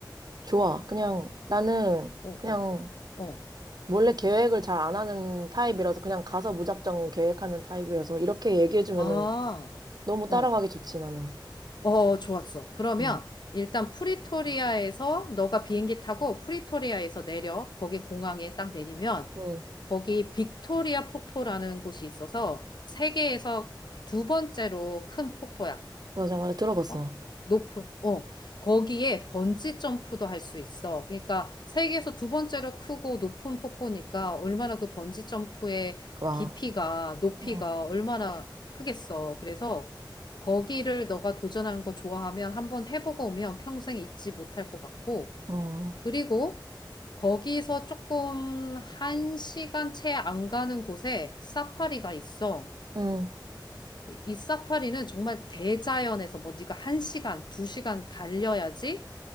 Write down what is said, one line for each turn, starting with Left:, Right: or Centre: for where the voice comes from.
Right: 좋아. 그냥 나는
Left: 어,
Right: 그냥
Left: 어, 어.
Right: 원래 계획을 잘 안 하는 타입이라서 그냥 가서 무작정 계획하는 타입이어서 이렇게 얘기해주면은
Left: 아,
Right: 너무
Left: 어.
Right: 따라가기 좋지, 나는.
Left: 어, 좋았어. 그러면
Right: 응,
Left: 일단 프리토리아에서 너가 비행기 타고 프리토리아에서 내려. 거기 공항에 딱 내리면
Right: 응,
Left: 거기 빅토리아 폭포라는 곳이 있어서 세계에서 두 번째로 큰 폭포야.
Right: 맞아, 맞아. 들어봤어.
Left: 어? 높은, 어, 거기에 번지 점프도 할 수 있어. 그러니까 세계에서 두 번째로 크고 높은 폭포니까 얼마나 그 번지 점프의
Right: 와,
Left: 깊이가, 높이가
Right: 어,
Left: 얼마나 크겠어. 그래서 거기를 너가 도전하는 거 좋아하면 한번 해보고 오면 평생 잊지 못할 것 같고,
Right: 어,
Left: 그리고 거기서 조금 한 시간 채 안 가는 곳에 사파리가 있어.
Right: 응,
Left: 이, 이 사파리는 정말 대자연에서 뭐 네가 한시간두시간 달려야지